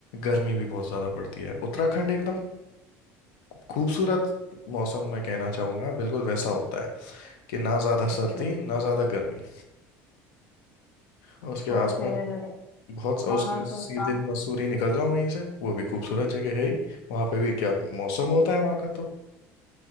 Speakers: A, on the left; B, on the left.
A: गर्मी भी बहुत ज़्यादा पड़ती है उत्तराखंड एकदम खूबसूरत मौसम मैं कहना चाहूँगा बिल्कुल वैसा होता है कि ना ज़्यादा
B: अच्छा
A: सर्दी ना ज़्यादा गर्मी और उसके
B: तो
A: आसपास
B: फिर
A: बहुत उसके
B: हाँ हाँ तो
A: सीधे
B: एक काम
A: मसूरी निकल जाओ वहीं से वो भी खूबसूरत जगह है ही वहाँ पे भी क्या मौसम होता है वहाँ का तो